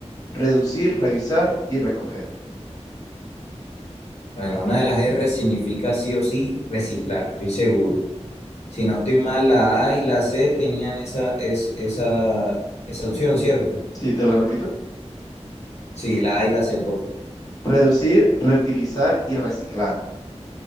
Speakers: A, on the left; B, on the left.
A: reducir, revisar y recoger.
B: Bueno, una de las R significa sí o sí reciclar, estoy seguro. Si no estoy mal, la A y la C tenían esa, es, esa, esa opción, ¿cierto?
A: Sí, te lo repito.
B: Sí, la A y la C, por favor.
A: Reducir, reutilizar y reciclar.